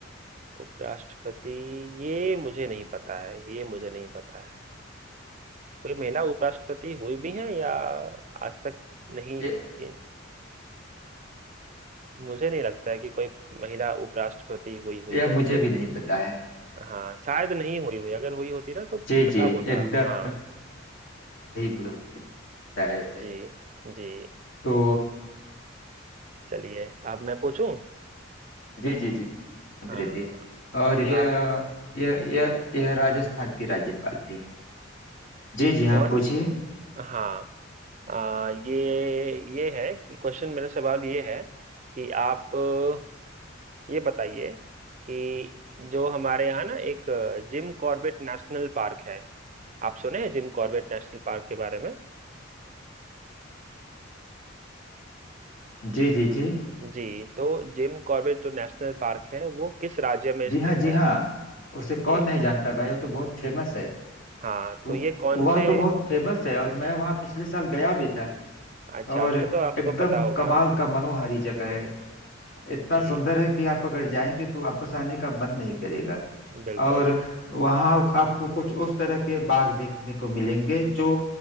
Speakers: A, on the right; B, on the left.
A: उपराष्ट्रपति ये मुझे नहीं पता है ये मुझे नहीं पता है कोई महिला उपराष्ट्रपति हुई भी है या आज तक नहीं
B: ये,
A: कि- मुझे नहीं लगता है कि कोई महिला उपराष्ट्रपति हुई हुई
B: यह
A: है
B: मुझे
A: इसे
B: भी नहीं पता है
A: हाँ शायद नहीं हुई हुई अगर हुई होती ना तो
B: जी
A: पता
B: जी
A: होता
B: एकदम
A: हाँ
B: सही बताया
A: जी जी
B: तो
A: चलिए अब मैं पूछूं
B: जी जी जी
A: हाँ
B: प्रीति और यह
A: आप
B: यह यह यह राजस्थान की राज्यपाल थी जी जी
A: कौन
B: हाँ पूछिए
A: हाँ आ, ये ये है कि क्वेश्चन मेरा सवाल ये है कि आप अ, ये बताइए कि जो हमारे यहाँ ना एक अ, जिम कॉर्बेट नेशनल पार्क है आप सुने हैं जिम कॉर्बेट नेशनल पार्क के बारे में
B: जी जी जी
A: जी तो जिम कॉर्बेट जो नेशनल पार्क है वो किस राज्य में
B: जी
A: स्थित
B: हाँ जी
A: है
B: हाँ उसे कौन
A: जी
B: नहीं जानता भाई वो तो बहुत फेमस है
A: हाँ
B: वो-
A: तो ये कौन
B: वह
A: से
B: तो बहुत फेमस है और मैं वहाँ पिछले साल गया भी था
A: अच्छा
B: और
A: फिर तो आपको
B: एकदम
A: पता होगा
B: कमाल का मनोहारी जगह है इतना
A: जी
B: सुंदर है कि आप अगर जाएंगे तो वापस आने का मन नहीं करेगा
A: बिल्कुल
B: और वहाँ आपको कुछ उस तरह के बाग देखने को मिलेंगे जो